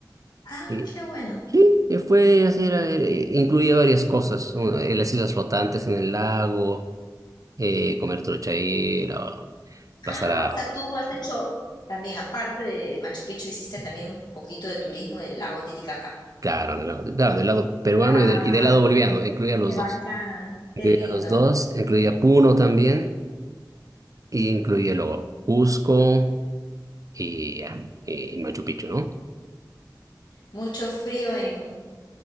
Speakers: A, on the left (about 75°); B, on the right (about 50°).
A: Ah,
B: Y,
A: qué bueno.
B: sí, y fue así, era, eh, incluía varias cosas, una- eh, las islas flotantes en el lago eh, comer truchaíla, pasar
A: Ah,
B: a,
A: o sea, tú has hecho también, aparte de Machu Picchu, hiciste también un poquito de turismo del lago Titicaca.
B: claro, del lado, claro, del lado peruano
A: Ah,
B: y del, y del lado boliviano, incluía los
A: qué bacán,
B: dos. Incluía
A: qué lindo.
B: los dos, incluía Puno también, y incluía luego Cusco y, ya, y Machu Picchu, ¿no?
A: Mucho frío en,